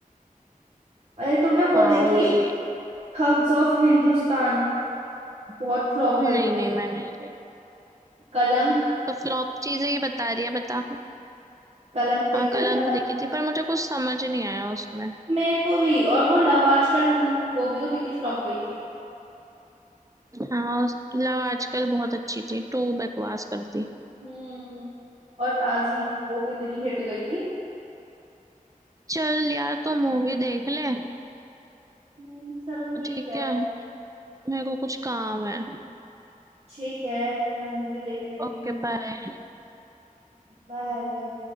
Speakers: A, on the right; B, on the right.
A: अरे तुमने वो
B: हाँ
A: देखी
B: वही
A: थग्स ऑफ हिंदुस्तान बहुत फ्लॉप
B: नहीं
A: गई थी
B: नहीं मैंने नहीं देखी
A: कलंक
B: तो फ्लॉप चीजें ही बता रही है बता
A: कलंक देखी
B: हाँ कल
A: है
B: अंक
A: कलंक
B: देखी थी पर मुझे कुछ समझ नहीं आया उसमें
A: मेरे को भी और वो लव आजकल टू वो भी तो कितनी फ्लॉप गई थी
B: हाँ लव आजकल बहुत अच्छी थी टू बकवास कर दी
A: हम्म और राजी वो कितनी हिट गई थी
B: चल यार तो मूवी देख ले
A: हम्म, चलो ठीक
B: ठीक
A: है
B: है मेरे को कुछ काम है
A: ठीक है मैं मूवी देख लेती
B: Okay
A: हूँ
B: bye
A: बाय